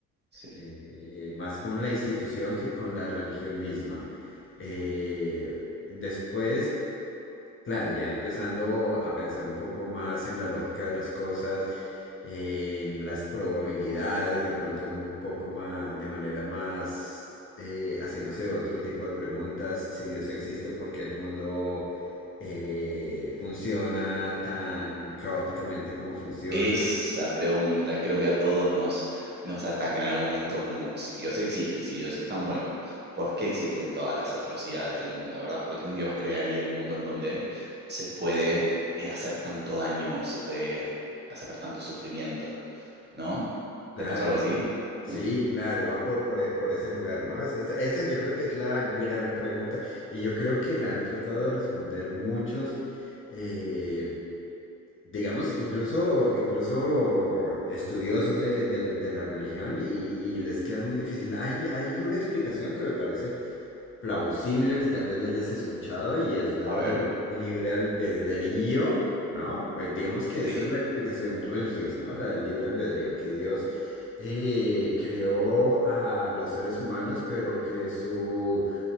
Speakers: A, on the right; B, on the left.
A: Sí.
B: eh, más con la institución que con la religión misma. Eh, después, claro, ya empezando a pensar un poco más en la lógica de las cosas, eh, en las probabilidades, de pronto un poco más, de manera más, eh, haciéndose otro tipo de preguntas, si Dios existe, por qué el mundo eh, funciona tan caóticamente como funciona.
A: Esa pregunta creo que a todos nos, nos ataca en algún momento como si Dios existe y si Dios es tan bueno, ¿por qué existen todas las atrocidades del mundo, ¿verdad? ¿Por qué un Dios crearía un mundo en donde se puede eh, hacer tanto daño, se puede hacer tanto sufrimiento? ¿No?
B: Claro,
A: ¿Te pasó algo así?
B: claro. Sí,
A: Ujú.
B: claro, va por, por, e- por ese lugar, ¿no? Esa, esa- esa yo creo que es la gran pregunta y yo creo que la han tratado de responder muchos, eh, digamos, incluso, incluso estudiosos de, de la, de la religión y, y les queda muy difícil. Hay, hay una explicación que me parece plausible que tal vez la hayas escuchado y es la
A: A
B: del
A: ver,
B: libre albedrío, ¿no? Eh, digamos que
A: sí,
B: esa es la explicación religiosa, ¿no? La del libre albedrío, que Dios eh, creó a los seres humanos, pero que su